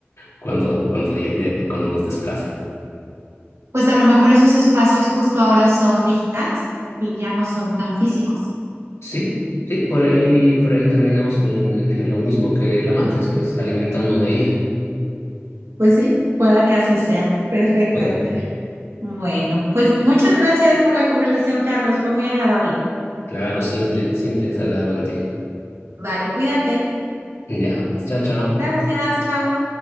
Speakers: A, on the left (about 75°); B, on the right (about 85°).
A: cuando, cuando, ya- ya- cuando nos desplacen.
B: Pues a lo mejor esos espacios justo ahora son digitales y ya no son tan físicos.
A: Sí, sí, por ahí, por ahí terminamos en, en lo mismo que la Matrix, pues alimentando una IA.
B: Pues sí, pueda que así sea. Perfecto.
A: Puede,
B: Bueno, pues muchas gracias por la conversación, Carlos. Fue muy agradable.
A: claro, siempre, siempre es agradable contigo.
B: Vale, cuídate.
A: Ya, chao, chao.
B: Gracias, chao.